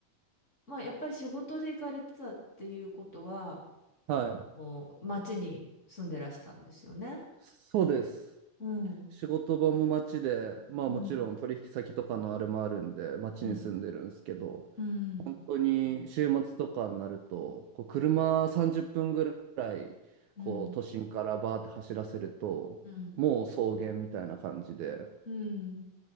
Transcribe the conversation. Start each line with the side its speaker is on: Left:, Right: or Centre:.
Left: まあやっぱり仕事で行かれてたっていうことは、
Right: はい。
Left: こう町に住んでらしたんですよね。
Right: そうです。
Left: うん。
Right: 仕事場も街で、まあもちろん取引先とかのあれもあるんで、
Left: うん、
Right: 街に住んでるんですけど、
Left: うん、うん。
Right: 本当に週末とかになると、こう車30分ぐらい、
Left: うん。
Right: こう都心からバーって走らせると、
Left: うん。
Right: もう草原みたいな感じで、
Left: うん